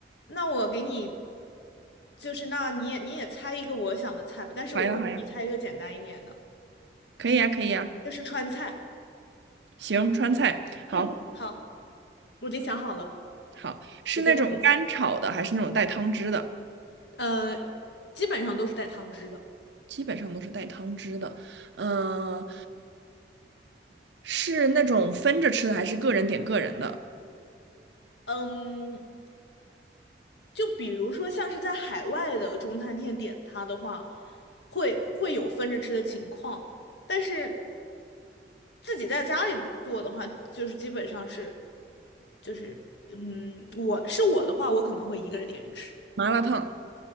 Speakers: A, on the left; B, on the right.
A: 那我给你，就是那你也你也猜一个我想的菜吧，但是我会给你猜一个简单一点的，
B: 好呀，好呀，可以呀，可以呀。
A: 就是川菜。
B: 行，川菜，好，
A: 嗯，好，我已经想好了，
B: 好，是那种干炒的，
A: 直接问就行。
B: 还是那种带汤汁的？
A: 呃，基本上都是带汤汁的。
B: 基本上都是带汤汁的。嗯、是那种分着吃的，还是个人点个人的？
A: 嗯，就比如说像是在海外的中餐厅点它的话，会会有分着吃的情况，但是自己在家里做的话，就是基本上是，就是嗯，我是我的话，我可能会一个人点着吃，
B: 麻辣烫、